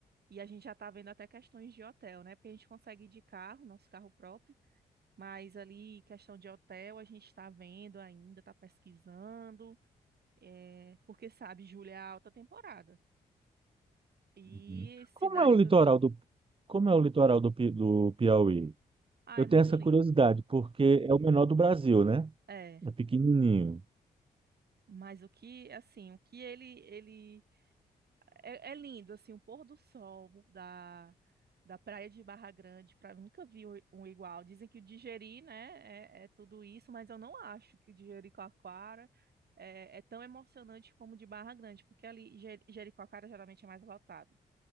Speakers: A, on the right; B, on the right.
A: E a gente já tá vendo até questões de hotel, né? Porque a gente consegue ir de carro, nosso carro próprio. Mas ali, questão de hotel, a gente está vendo ainda, está pesquisando, é, porque sabe, julho é a alta temporada. E
B: Uhum.
A: cidade
B: Como é o
A: turística.
B: litoral do, como é o litoral do, Pi- do Piauí?
A: Ah,
B: Eu
A: é muito
B: tenho essa
A: lindo.
B: curiosidade, porque é o menor do Brasil, né?
A: É,
B: É pequenininho.
A: mas o que, assim, o que ele, ele É, é lindo, assim, o pôr do sol da, da praia de Barra Grande, pra, nunca vi um um igual. Dizem que o Digeri, né, é, é tudo isso, mas eu não acho que o de Jericoacoara é, é tão emocionante como o de Barra Grande, porque ali Je- Jericoacoara geralmente é mais lotado.